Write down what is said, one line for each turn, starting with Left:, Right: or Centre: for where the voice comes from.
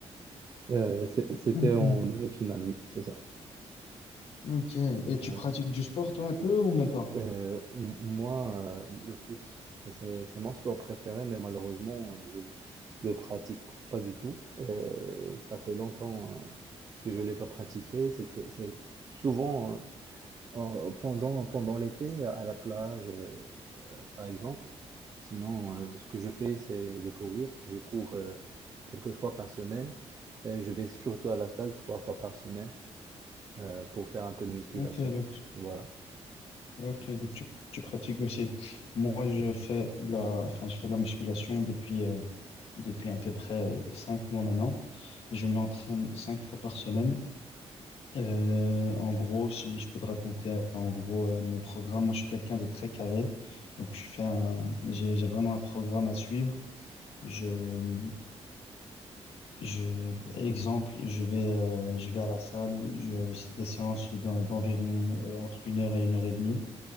Right: Euh, c'est- c'était
Left: Hum,
Right: en
Left: hum.
Right: demi-finale, oui, c'est ça.
Left: Ok. Et tu
Right: Voilà.
Left: pratiques du sport toi un peu ou même pas?
Right: Euh, m- moi, euh, le foot, c'est c'est mon sport préféré, mais malheureusement, euh, je le pratique pas du tout. Euh, ça fait longtemps euh, que je l'ai pas pratiqué. C'était, c'est souvent euh, en- pendant, pendant l'été, à la plage, euh, euh, par exemple. Sinon, euh, ce que je fais, c'est de courir. Je cours euh, quelques fois par semaine. Et je vais surtout à la salle trois fois par semaine. euh, pour faire un peu de musculation.
Left: Ok, donc
Right: Voilà.
Left: Ok, donc tu, tu pratiques aussi. Moi, je fais de la, enfin, je fais de la musculation depuis, euh, depuis à peu près euh, cinq mois maintenant. Je m'entraîne cinq fois par semaine. Euh, en gros, si je peux te raconter, en gros, euh, mon programme, moi, je suis quelqu'un de très carré. Donc, je fais un, j'ai, j'ai vraiment un programme à suivre. Je, je, exemple, je vais, euh, je vais à la salle. Je, c'est des séances d'en- d'environ, euh, entre une heure et une heure et demie.